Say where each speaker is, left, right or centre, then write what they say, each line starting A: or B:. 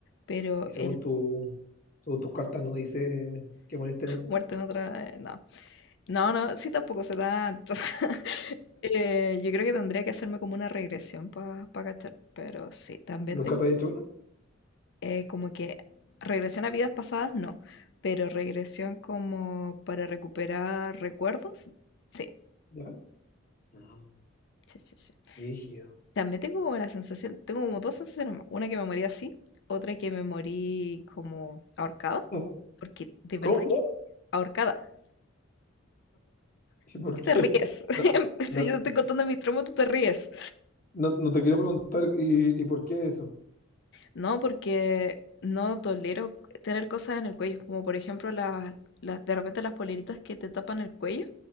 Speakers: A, on the left; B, on the left.
A: pero
B: Y según
A: el
B: tu, según tus cartas no dice que moriste en eso.
A: muerto en otra... eh, No, no, no, sí tampoco se da... <laughs> Eh, yo creo que tendría que hacerme como una regresión para cachar, pero sí, también
B: ¿Nunca
A: tengo
B: te había hecho una?
A: eh, como que regresión a vidas pasadas, no, pero regresión como para recuperar recuerdos, sí,
B: ¿Ya? Ah,
A: sí, sí, sí.
B: rígido.
A: También tengo como la sensación, tengo como dos sensaciones más. Una que me morí así, otra que me morí como ahorcada.
B: <laughs>
A: Porque de verdad
B: ¿Cómo?
A: que ahorcada.
B: ¿Y por
A: ¿Por qué te
B: qué
A: ríes?
B: eso?
A: <laughs>
B: No, no
A: Yo te estoy contando mis traumas, tú te ríes.
B: No, no te quiero preguntar, ¿y, y por qué eso?
A: No, porque no tolero tener cosas en el cuello. Como por ejemplo las, las- de repente las poleritas que te tapan el cuello.